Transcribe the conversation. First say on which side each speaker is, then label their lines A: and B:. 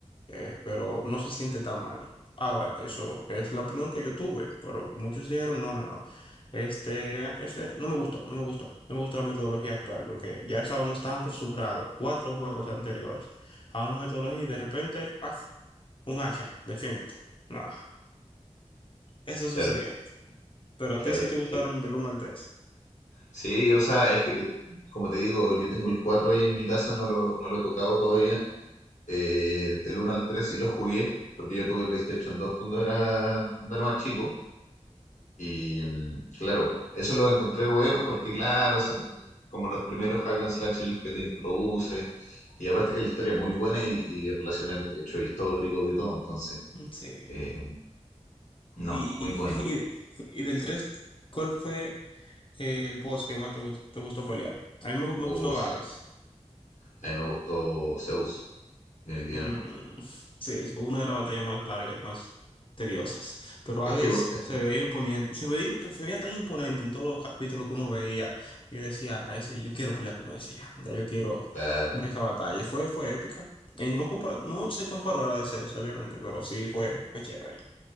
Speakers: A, on the left (about 45°); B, on the left (about 75°).
A: eh, pero no se siente tan mal. Ahora, eso es la opinión que yo tuve, pero muchos dijeron, no, no, no. Este, este no me gustó, no me gustó, no me gustó la metodología actual porque ya estábamos tan acostumbrados, cuatro juegos anteriores, a una metodología y de repente, ¡paf! Un hacha, defiéndete. nada. eso sucedió.
B: claro,
A: Pero
B: claro.
A: a ti sí te gustaron
B: Y-
A: del uno al tres,
B: sí, o sea, es que, como te digo, yo tengo el 4 ahí en mi casa, no lo, no lo he tocado todavía. Eh, del 1 al 3 sí lo jugué porque yo tuve PlayStation dos cuando era, cuando era más chico. Y mm, claro, eso lo encontré buenos porque, claro, son como los primeros hack and slash en los que te introduces. Y aparte que la historia es muy buena y, y relaciona el hecho histórico y todo. Entonces,
A: Sí.
B: eh, no,
A: Y,
B: muy bueno.
A: y, y- y del 3, ¿cuál fue eh, el boss que más te, gus- te gustó pelear? A mí me, me
B: O
A: gustó
B: s-
A: Hades.
B: a mí me gustó Zeus, definitivamente.
A: Mm, sí, es una de las batallas más largas y más tediosas. Pero
B: Es
A: Hades
B: que, es que
A: se ve imponente, se veía, se veía tan imponente en todos los capítulos que uno veía. Yo decía, a ese, yo quiero pelear con ese ya, ya yo quiero
B: claro,
A: ver esa batalla. Y fue, fue épica. En- no, compara- no se comparó a la de Zeus, obviamente, pero sí fue, fue chévere.